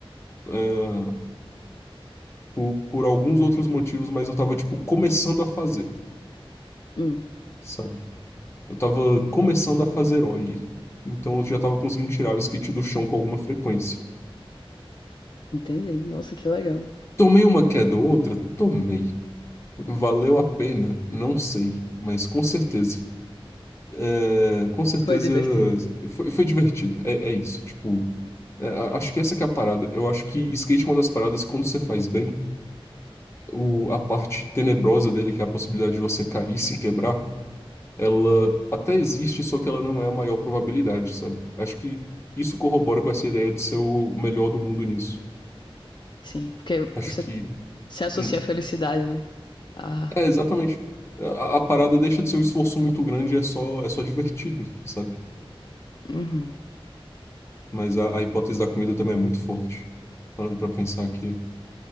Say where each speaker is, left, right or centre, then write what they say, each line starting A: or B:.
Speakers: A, on the left; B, on the left.
A: ah, por, por alguns outros motivos, mas eu tava, tipo, começando a fazer,
B: Hum,
A: sabe? Eu tava começando a fazer ollie. Então eu já tava conseguindo tirar o skate do chão com alguma frequência.
B: entendi. Nossa, que legal.
A: Tomei uma queda ou outra? Tomei. Valeu a pena? Não sei, mas com certeza. É, com certeza
B: Foi divertido.
A: foi, foi divertido. É, é isso. Tipo, é, a- acho que essa que é a parada. Eu acho que skate é uma das paradas que quando você faz bem, o, a parte tenebrosa dele, que é a possibilidade de você cair e se quebrar, ela até existe, só que ela não é a maior probabilidade, sabe? Acho que isso corrobora com essa ideia de ser o, o melhor do mundo nisso.
B: Sim, porque
A: Acho
B: você
A: que.
B: se associa
A: hum,
B: à felicidade, né? Ah,
A: é, exatamente. A, a parada deixa de ser um esforço muito grande, é só, é só divertido, sabe?
B: uhum.
A: Mas a, a hipótese da comida também é muito forte, parando pra pensar aqui.